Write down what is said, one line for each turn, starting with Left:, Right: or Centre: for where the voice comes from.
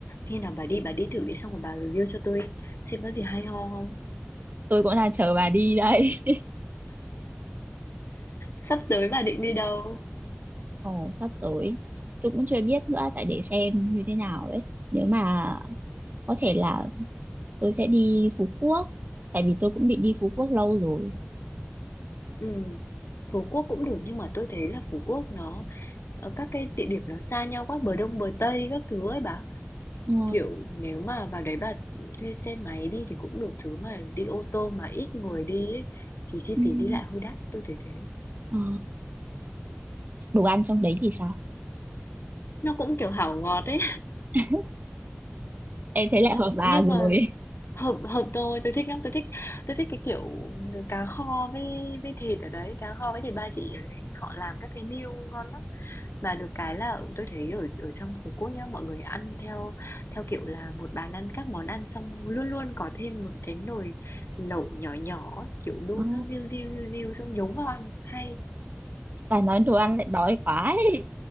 Left: khi nào bà đi bà đi thử đi xong rồi bà review cho tôi xem có gì hay ho không.
Right: tôi cũng đang chờ bà đi đây
Left: Sắp tới bà định đi đâu?
Right: <laughs> ồ sắp tới tôi cũng chưa biết nữa tại để xem như thế nào ấy nếu mà có thể là tôi sẽ đi Phú Quốc tại vì tôi cũng định đi Phú Quốc lâu rồi
Left: Ừ. Phú Quốc cũng được nhưng mà tôi thấy là Phú Quốc nó ờ, các cái địa điểm nó xa nhau quá bờ đông bờ tây các thứ ấy bà
Right: ờ,
Left: Kiểu, nếu mà vào đấy bà thuê xe máy đi thì cũng được chứ mà đi ô tô mà ít người đi ấy, thì chi
Right: ừm,
Left: phí đi lại hơi đắt, tôi thấy thế.
Right: ờ, đồ ăn trong đấy thì sao
Left: Nó cũng kiểu hảo ngọt ấy,
Right: <laughs> em thấy lại hợp
Left: nhưng
Right: bà rồi
Left: mà hợp hợp tôi, tôi thích lắm, tôi thích tôi thích cái kiểu cá kho với với thịt ở đấy, cá kho với thịt ba chỉ ở đấy, họ làm các cái niêu ngon lắm. Mà được cái là tôi thấy ở ở trong Phú Quốc nhá, mọi người ăn theo theo kiểu là một bàn ăn các món ăn xong luôn luôn có thêm một cái nồi lẩu nhỏ nhỏ ấy, kiểu đun
Right: Ờ,
Left: nó riu riu riu riu xong nhúng vào ăn hay
Right: bà nói đồ ăn lại đói quá ấy.